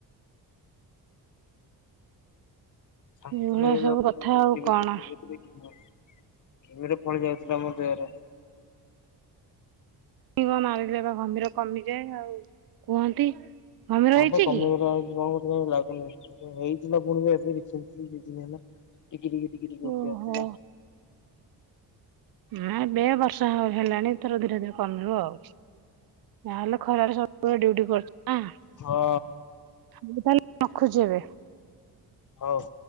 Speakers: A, on the left; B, on the right.
A: ଶାନ୍ତି
B: ଏଇଭଳିଆ
A: ଲାଗିଲା
B: ସବୁ କଥା
A: <unintelligible>
B: ଆଉ
A: ଦେଖି
B: କଣ
A: ଦେଖି ମୋ ଘିମିରି ଫଳି ଯାଉଥିଲା ମୋ ଦେହରେ।
B: ଏଇ କଁ ମାରିଲେ ପା ଘମିର କମିଯାଏ ଆଉ କୁହନ୍ତି। ଘମିର
A: ହଁ
B: ହେଇଛି
A: ପା କମି
B: କି?
A: ଗଲା ଆଜି। <unintelligible> ଭଲ ଲାଗୁନି ଏବେ ହେଇଚି ନା ପୁଣି କଁ ଏବେ କିଛି ଏଇ କିଛ ଦିନ ହେଲା। ଟିକି ଟିକି ଟିକି ଟିକି ଉଠେଇ
B: ଓହୋ।
A: ଆସିଲା।
B: ନା ଏବେ ଆଉ ବର୍ଷ୍ ତାହେ ହେଲାଣି ଏଥର ଧୀରେ ଧୀରେ କମିବ ଆଉ ଯାହାହେଲେ ଖରାରେ ସବୁବେଳେ ଡ୍ୟୁଟି କରଚ ଆ
A: ହଁ
B: ମୁଁ ତାହେଲେ ରଖୁଚି ଏବେ।
A: ହୋଉ।